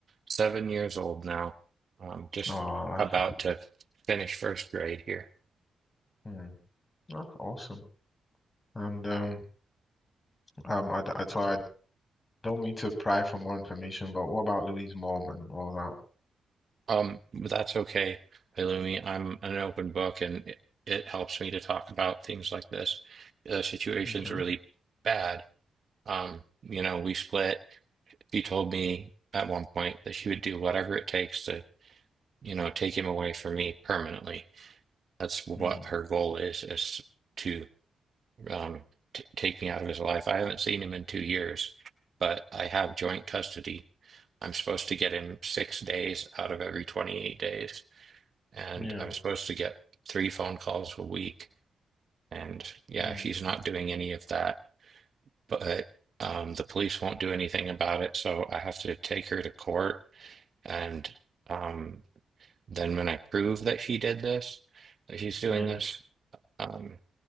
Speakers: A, on the right; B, on the left.
A: seven years old now, um, just
B: Oh,
A: about
B: that's,
A: to finish first grade here.
B: hmm, that's awesome. And um, um, I, I, so I Don't mean to pry for more information, but what about Louise Mom and all that?
A: Um, but that's okay, Halumi. I'm an open book, and it, it helps me to talk about things like this. The situation's
B: Okay.
A: really bad. Um, you know, we split. She told me at one point that she would do whatever it takes to you know, take him away from me permanently. That's what
B: Hmm.
A: her goal is, is to um, t take me out of his life. I haven't seen him in two years, but I have joint custody. I'm supposed to get him six days out of every 28 days, and
B: Yeah.
A: I'm supposed to get three phone calls a week. And yeah,
B: Hmm.
A: she's not doing any of that, but um, the police won't do anything about it, so I have to take her to court and. um. Then when I prove that she did this, that she's doing
B: Yeah.
A: this, um,